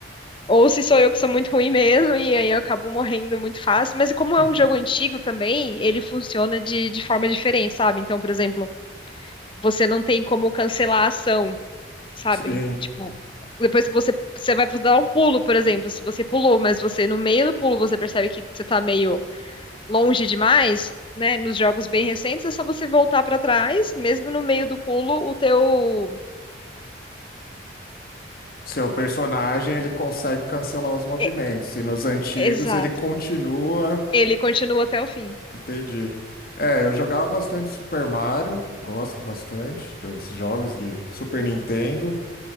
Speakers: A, on the left (about 25°); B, on the left (about 50°).
A: Ou se sou eu que sou muito ruim mesmo, e aí eu acabo morrendo muito fácil. Mas como
B: <laughs>
A: é um jogo antigo também, ele funciona de, de forma diferente, sabe? Então, por exemplo, você não tem como cancelar a ação. sabe?
B: Sim,
A: Tipo, depois que você, você vai dar um pulo, por exemplo, se você pulou, mas você no meio do pulo você percebe que você tá meio longe demais, né? Nos jogos bem recentes é só você voltar pra trás, mesmo no meio do pulo, o teu
B: seu personagem ele consegue cancelar os movimentos.
A: e-
B: E nos antigos
A: exato.
B: ele continua.
A: Ele continua até o fim.
B: Entendi. É, eu jogava bastante Super Mario, gosto bastante dos jogos de Super Nintendo,